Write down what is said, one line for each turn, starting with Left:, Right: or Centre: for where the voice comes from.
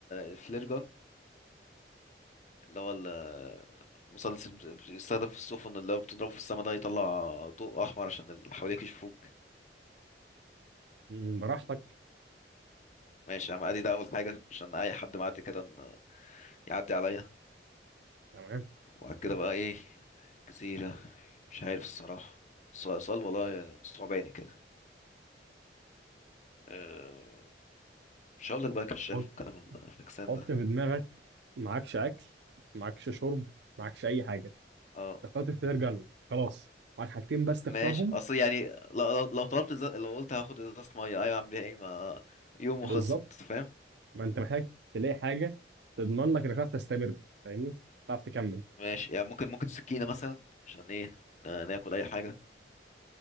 Left: الفلير جون اللي هو ال- المسدس اللي بيستخدم في السفن اللي هو بتضربه في السما ده يطلع ضوء احمر عشان اللي حواليك يشوفوك
Right: م- براحتك
Left: ماشي يا عم ادي ده اول حاجه عشان اي حد معدي كده ن- يعدي عليا
Right: تمام
Left: وبعد كده بقى ايه الجزيرة مش عارف الصراحة ص- صال والله صعباني كده أه مش هقول لك بقى كشاف
Right: حط
Left: والكلام الفاكسان
Right: حط
Left: ده
Right: في دماغك معكش أكل معكش شرب معكش أي حاجة
Left: اه
Right: اخترت اختيار جنة خلاص معاك حاجتين بس تختارهم
Left: ماشي اصل يعني لو لو لو طلبت زي... لو قلت هاخد ازازة مية ايوه اعمل بيها ايه ما يوم
Right: بالظبط
Left: وخلصت فاهم
Right: ما أنت محتاج تلاقي حاجة تضمن لك إنك تعرف تستمر فاهمني؟ تعرف تكمل
Left: ماشي يعني ممكن ممكن سكينة مثلا عشان ايه نا- ناكل اي حاجة